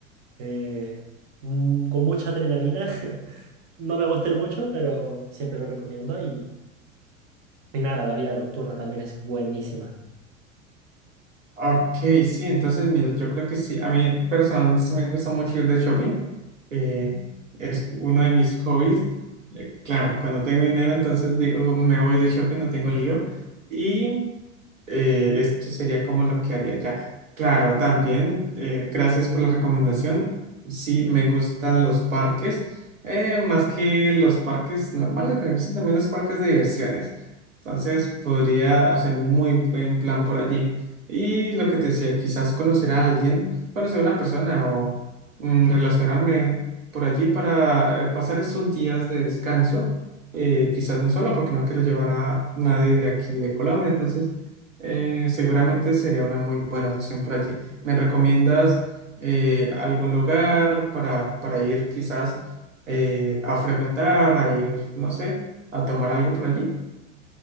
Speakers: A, on the right; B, on the right.
A: eh, mm, con mucha adrenalina. <laughs> No me gustan mucho, pero siempre lo recomiendo y, y nada, la vida nocturna también es buenísima.
B: Ok, sí, entonces, mira, yo creo que sí, a mí personalmente sí me gusta mucho ir de shopping, eh, es uno de mis hobbies, Eh, claro, cuando tengo dinero, entonces digo, "Oh, me voy de shopping, no tengo lío, y Eh, esto sería como lo que haría ya. Claro, también, eh, gracias por la recomendación. Sí, me gustan los parques, eh, más que los parques normales, me gustan también los parques de diversiones. Entonces, podría hacer un muy buen plan por allí. Y lo que te decía, quizás conocer a alguien, conocer a una persona o mm, relacionarme por allí para eh, pasar esos días de descanso. Eh, quizás no solo porque no quiero llevar a nadie de aquí de Colombia, entonces eh, seguramente sería una muy buena opción por allí. ¿Me recomiendas eh, algún lugar para, para ir quizás eh, a frecuentar, a ir, no sé, a tomar algo por allí?